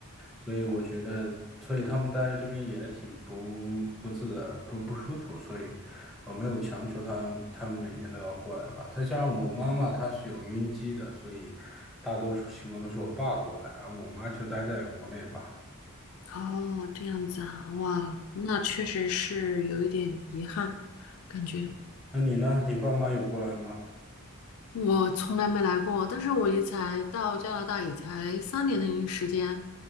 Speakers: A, in the centre; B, on the left (about 70°).
A: 所以我觉得，所以他们待在这边也挺不不自在、不不舒服。所以我没有强求他们他们每年都要过来吧。再加上我妈妈她是有晕机的，所以大多数情况都是我爸过来，而我妈就待在国内吧。
B: 哦，这样子啊，哇，那确实是有一点遗憾，感觉。
A: 那你呢？你爸妈有过来吗？
B: 我从来没来过，但是我也才到加拿大也才三年的时间。